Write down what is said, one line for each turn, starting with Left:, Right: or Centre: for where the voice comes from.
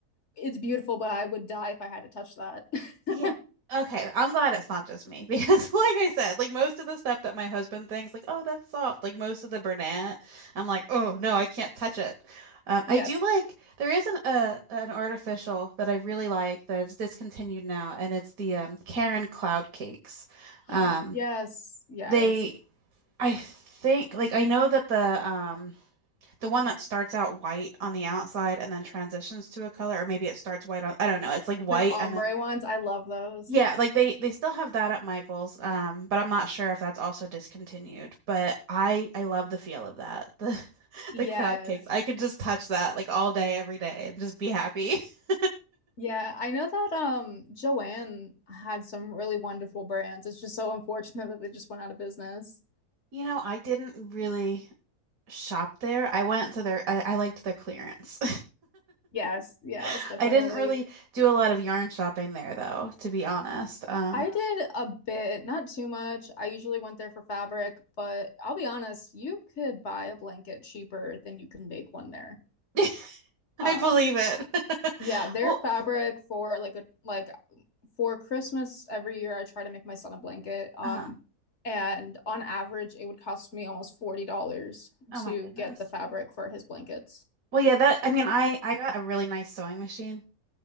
Left: It's beautiful, but I would die if I had to touch that. <laughs>
Right: Yeah. Okay, I'm glad it's not just me because, <laughs> like I said, like most of the stuff that my husband thinks, like, oh, that's soft, like most of the Bernat, I'm like, oh, no, I can't touch it. Um,
Left: Yes.
Right: I do like, there is an, uh, an artificial that I really like that's discontinued now, and it's the um, Karen Cloud Cakes.
Left: <gasps>
Right: Um,
Left: Yes. Yes.
Right: they, I think, like, I know that the, um, the one that starts out white on the outside and then transitions to a color, or maybe it starts white on, I don't know. It's like white
Left: The ombre
Right: and then
Left: ones, I love those.
Right: yeah, like they they still have that at Michael's, um, but I'm not sure if that's also discontinued. But I I love the feel of that. The <laughs>
Left: Yes.
Right: the cloud cakes. I could just touch that like all day, every day and just be happy. <laughs>
Left: Yeah, I know that um Joanne had some really wonderful brands. It's just so unfortunate that they just went out of business.
Right: You know, I didn't really shop there. I went to their I, I liked their clearance.
Left: Yes, yes,
Right: <laughs>
Left: definitely.
Right: I didn't really do a lot of yarn shopping there though, to be honest. Um
Left: I did a bit, not too much. I usually went there for fabric, but I'll be honest, you could buy a blanket cheaper than you can make one there.
Right: <laughs> <laughs>
Left: Um,
Right: I believe it.
Left: yeah,
Right: <laughs>
Left: their
Right: Well,
Left: fabric for like a like for Christmas every year, I try to make my son a blanket. Um,
Right: uh,
Left: and on average, it would cost me almost $40
Right: oh my
Left: to
Right: goodness.
Left: get the fabric for his blankets.
Right: Well, yeah, that I mean, I I got a really nice sewing machine